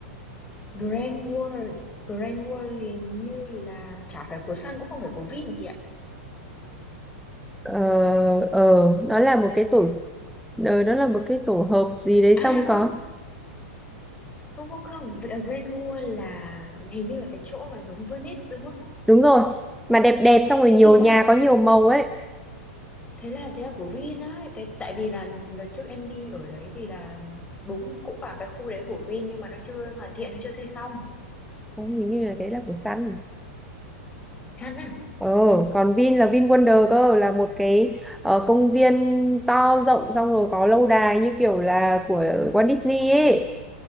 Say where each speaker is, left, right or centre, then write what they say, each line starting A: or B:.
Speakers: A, on the left; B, in the centre.
A: Grand World, Grand World hình như là chả phải của Sun cũng không phải của Vin chị ạ.
B: Ờ, ờ, nó là một cái tổ, ờ, nó là một cái tổ hợp gì đấy
A: À
B: xong
A: không
B: có.
A: không không không vì ở Grand Gua là hình như là cái chỗ mà giống Venice đúng không
B: Đúng rồi, mà đẹp đẹp xong rồi
A: thế
B: nhiều
A: thì là
B: nhà có nhiều màu ấy.
A: thế là thế là của Vin ấy, cái tại vì là đợt trước em đi ở đấy thì là đúng cũng vào cái khu đấy của Vin nhưng mà nó chưa hoàn thiện nó chưa xây xong
B: Cũng hình như là đấy là của Sun.
A: chán à
B: Ờ, còn Vin là Vin Wonder cơ là một cái ờ, công viên to rộng xong rồi có lâu đài như kiểu là của Walt Disney ấy.